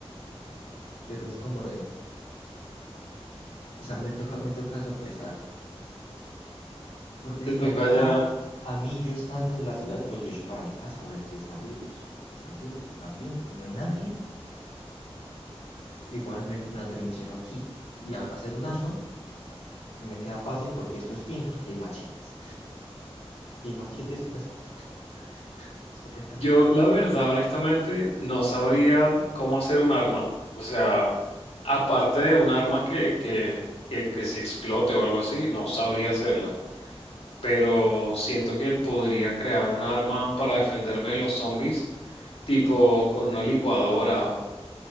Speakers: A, on the left; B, on the left.
A: pero es como de, o sea, me toca, me toca sopesar. Porque
B: te
A: si
B: toca
A: me agarrara
B: ya.
A: a mí, yo estando en la ciudad, pues yo echo para mi casa a ver si están vivos, si están vivos, si están bien, si no hay nadie, igual me, me atrinchero aquí. Y a- hacer un arma me queda fácil porque esto es finca, que hay machetes. Y hay machetes y una escopeta, una escopeta
B: Yo,
A: vieja.
B: la verdad, honestamente, no sabría cómo hacer un arma, o sea, aparte de un arma que, que, que, que si explote o algo así, no sabría hacerla, pero siento que podría crear un arma para defenderme de los zombies, tipo con una licuadora